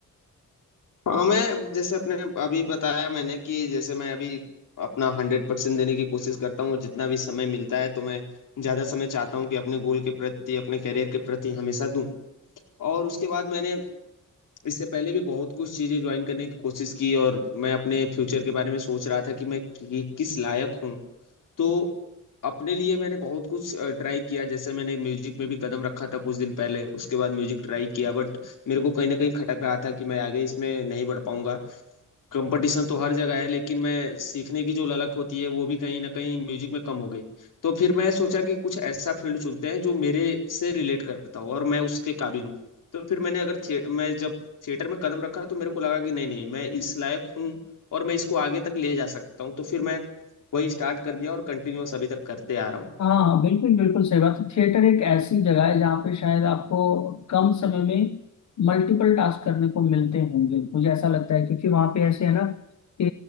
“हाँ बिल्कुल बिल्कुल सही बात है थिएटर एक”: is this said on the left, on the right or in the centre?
Left